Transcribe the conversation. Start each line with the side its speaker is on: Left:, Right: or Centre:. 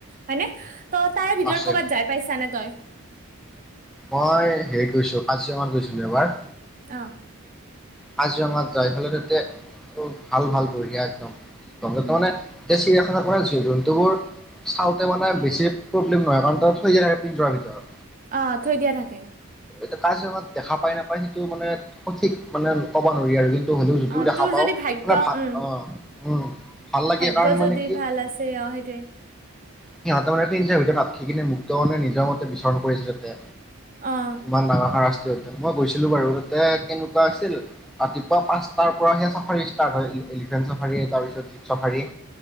Right: হয়নে? ত তাৰে ভিতৰত
Centre: আছে
Right: ক'বাত যাই পাইছানে তই?
Centre: মই হেৰি কৈছোঁ কাজিৰঙাত গৈছিলো এবাৰ
Right: ন।
Centre: কাজিৰঙাত যায় ফালে তাতে অ ভাল ভাল বঢ়িয়া একদম, তাৰমানে
Right: উম
Centre: চিৰিয়াখা জন্তুবোৰ চাওঁতে মানে বেছি প্ৰব্লেম নহয় কাৰণ তাত থৈ যায় আৰু পিন্জৰাৰ ভিতৰত।
Right: অ, থৈ দিয়া থাকে।
Centre: তু কাজিৰঙাত দেখা পায় নাপায় সেইটো মানে সঠিক মানে ক'ব নোৱাৰি আৰু কি হ'লেও যদিও
Right: অ
Centre: দেখা
Right: তোৰ
Centre: পাওঁ
Right: যদি ভাগ্য
Centre: মানে ভাল,
Right: উম
Centre: অ, উম ভাল লাগে
Right: ভাগ্য
Centre: কাৰণ
Right: যদি
Centre: মানে কি
Right: ভাল আছে, অ' সেইটোৱে।
Centre: সিহঁতে মানে পিঞ্জৰাৰ ভিতৰত আতখি কিনে মুক্ত মনে নিজৰ মতে বিচৰণ কৰিছে তাতে।
Right: অ
Centre: ইমান ডাঙৰ সাংস্কৃতিক অধ্যয়ন, মই গৈছিলোঁ বাৰু তাতে কিনো আছিল, ৰাতিপুৱা পাঁচটাৰ পৰাহে চাফাৰী ষ্টাৰ্ট হৈ এলিফেণ্ট চাফাৰী তাৰপিছত জীপ চাফাৰী।